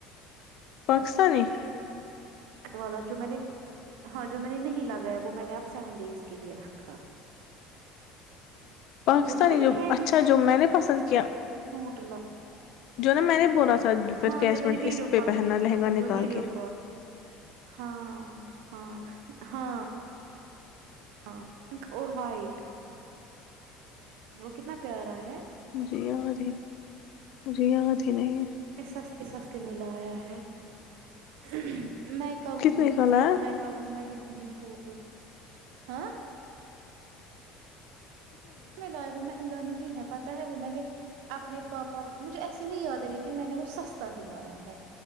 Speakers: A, on the left; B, on the right.
A: پاکستانی <unintelligible>
B: والا جو میں نے ہاں جو میں نے نہیں لگایا وہ میں نے اب سیون ڈیز کے لیے رکھا
A: پاکستانی
B: نا میں نے
A: جو
B: ہیوی
A: اچھا جو میں نے پسند کیا <inaudible>
B: سوٹ ل <inaudible>
A: جو نا میں نے بولا تھا پھر
B: ہاں
A: کیش
B: جب میں
A: مٹ
B: نے ویڈیو
A: اس پہ
B: کال
A: پہننا
B: کی
A: لہنگا
B: تھی جو
A: نکال
B: ویڈیو
A: کے
B: کال ہاں ہاں ہاں ہاں پنک اور وائٹ وہ کتنا پیارا ہے
A: مجھے یاد ہے مجھے یاد ہے کھن ہے <unintelligible>
B: سستتے سستے میلا آیا ہے <unintelligible> میں کروں
A: کتنے
B: گی
A: کا لایا
B: میں کروں گی میں د ی فوٹو ہاں <unintelligible> م میں لایا وہ مہنگا نہیں ہے پت ہے وہ میں نے اپنے پاپا مجھے ایسے نہیں یاد ہے لیکن میں نے وہ سستا ہی لایا ہے